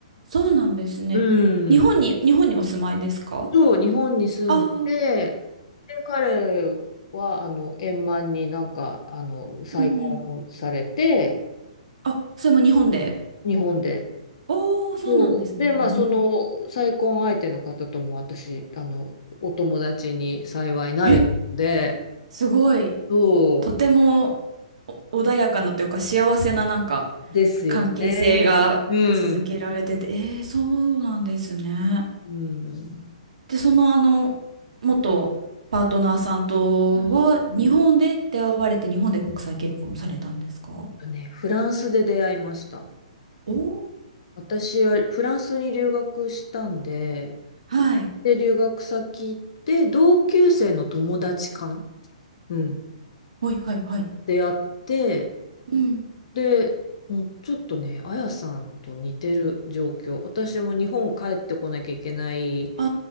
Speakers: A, on the right; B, on the left.
A: そうなんですね。
B: うん。
A: 日本に、日本にお住まいですか
B: そう、日本に住んでて、
A: ああ
B: で、彼は、あの、円満になんか、あの、再婚されて、
A: うんうん。うんあ、それも日本で。
B: 日本で。
A: おー、そうなんですね。
B: そう。で、まあ、
A: うん。
B: その、再婚相手の方とも私、あの、お友達に幸いなれたので、
A: えすごい、
B: そ
A: とてもお穏やかなというか幸せななんか
B: うですよね。
A: 関係性が続けられてて、
B: うん。
A: えー、そうなんですね。
B: うん。
A: で、そのあの、元パートナーさんとは日本で出会われて日本で国際結婚されたんですか
B: うんとね、フランスで出会いました。
A: おー
B: 私はフランスに留学したんで、
A: はい。
B: で、留学先行って、同級生の友達かなうん。
A: はいはいはい。
B: 出会って、
A: うん。
B: で、もうちょっとね、あやさんと似てる状況。私も日本帰ってこなきゃいけない、
A: あ